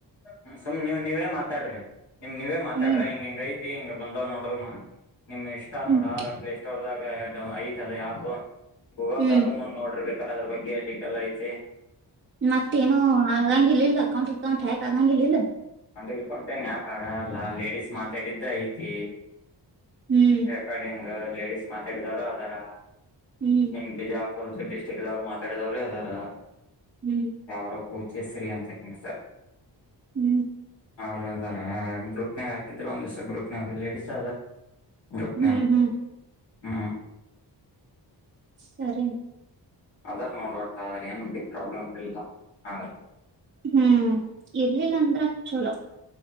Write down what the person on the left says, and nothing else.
ಹ್ಮ ಸುಮ್ ನೀವ್ ನೀವೇ ಮಾತಾಡ್ರಿ ನಿಮ್ ನೀವೇ ಮಾತಾಡ್ರ
ಹಿಂಗಗೆಂಗ ಐತ್ ಹಿಂಗ ಬಂದವ್ ನೋಡ ನಿಮ್ ಇಷ್ಟ
ನೋಡ ಆ ಪ್ಲೇ ಸ್ಟೋರ್ದಾಗ ಐ ತದ ಯಾಪ ಗೂಗಲ್ದಾಗ
ನೋಡ್ರಿಬೇಕು. ರ್ ಅದ್ರ ಬಗ್ಗೆ ಡೀಟೇಲ್ ಐತಿ
ಕೊಂಡಗಕಂೇನೆ ಯಾಕ ಆಗಲ್ಲ ಲೇಡಿಸಸ್ ಮಾತಾಡಿದ್ದ ಐತಿ.
ಎಕಾಡೆಂಗರ್ ಲೇಡಿಸಸ್ ಮಾತಾಡಿದವರು ಅದರ
ನಿಮಜ ಪರೋಸ ಡ್ಟಿಕ್ ದವರು ಮಾತಡಿದವ್ರೆ ಅದರ
ಯರು ಪೂಜೆಸ್ರಿೀ ಅಂತಕ್ಕಂಗ ಸರ್
ಅವರು ಅದಾರ ಗ್ರೂಪ್ ನಾಗ ಹಾಕಿದ್ರರು ಒಂದ್ಿವ್ಸ ಗ್ರೂಪ್, ಲೇಡಿಸಸ್ ಅದ ಗ್ರಪ್ನ
ಹ್ಮ್.
ಅದಾರ್ ನೋಡ್ುವಟ್ಟ ಆದ್ರ ಏನು ಪ್ರಾಬ್ಲಮ್ ಇಲ್ಲ ಆದ್ರೆ.